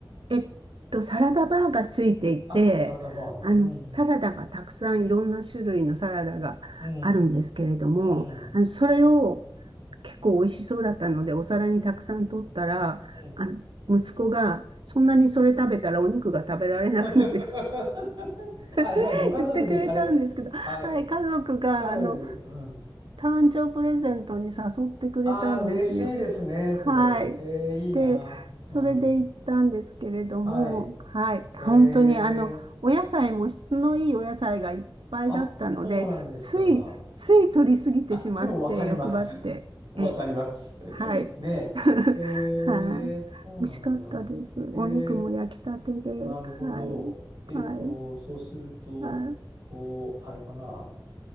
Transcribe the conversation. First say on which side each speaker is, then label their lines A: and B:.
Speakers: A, on the right; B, on the right.
A: えっと、サラダバーがついていて、
B: あ、サラダバーね。
A: あの、
B: うん、
A: サラダがたくさんいろんな種類のサラダがあるんですけれども、
B: うん、うん、うん、
A: あの、それを結構美味しそうだったので、お皿にたくさん取ったら、
B: うん。
A: あの、息子が、そんなにそれ食べたらお肉が食べられなくなるよ
B: <laughs> あ、じゃあ、
A: <laughs>
B: ご家族で行かれ、
A: 言ってくれたんですけど、はい、
B: はい、
A: 家族が、
B: 家族で行く。
A: あの、
B: うん。
A: 誕生プレゼントに誘ってくれたんですよ。
B: ああ、嬉しいですね、
A: はい。
B: それ。ええ、いいな。
A: で、それで行ったんですけれども、
B: うん。はい。
A: はい。
B: ええ、
A: 本当にあの、お野菜も質のいいお野菜がいっぱいだったので、
B: あ、そうなんですか。
A: つい、つい取りすぎてしまって、
B: あ、でもわかります。
A: 欲張って。
B: <laughs> わかります。
A: え、
B: <laughs>
A: はい。
B: ねえ。
A: <laughs>
B: えー、
A: はい。
B: そうなんだ。
A: 美味しかったです。
B: えー、
A: お肉も焼きたてで。はい。
B: なるほど。えっと、
A: はい。
B: そうすると、
A: はい。
B: こう、あれかな。